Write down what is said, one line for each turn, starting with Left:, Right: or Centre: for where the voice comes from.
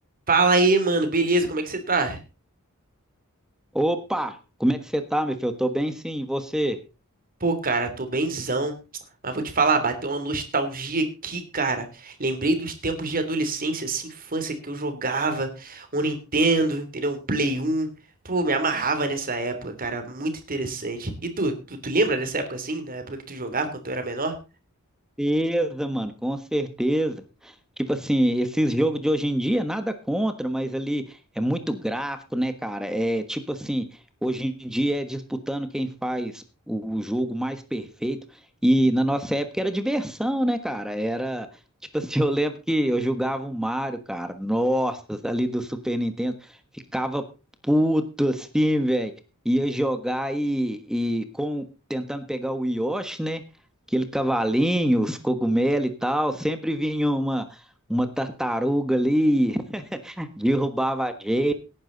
Right: Fala aí, mano, beleza? Como é que você tá?
Centre: Opa, como é que você tá, meu filho? Eu tô bem sim, e você?
Right: Pô, cara, tô bemzão. Mas vou te falar, bateu uma nostalgia aqui, cara. Lembrei dos tempos de adolescência, assim, infância que eu jogava um Nintendo, entendeu? Um Play 1. Pô, me amarrava nessa época, cara, muito interessante. E tu, tu, tu lembra dessa época assim, da época que tu jogava quando tu era menor?
Centre: certeza, mano, com certeza. Tipo assim, esses jogos de hoje em dia, nada contra, mas ali é muito gráfico, né, cara? É tipo assim, hoje em dia é disputando quem faz o o jogo mais perfeito. E na nossa época era diversão, né, cara? Era tipo assim, <laughs> eu lembro que eu jogava o Mario, cara. Nossa, ali do Super Nintendo, ficava puto assim, velho. Ia jogar e, e com tentando pegar o Yoshi, né? aquele cavalinho, os cogumelos e tal, sempre vinha uma, uma tartaruga ali, derrubava a gente.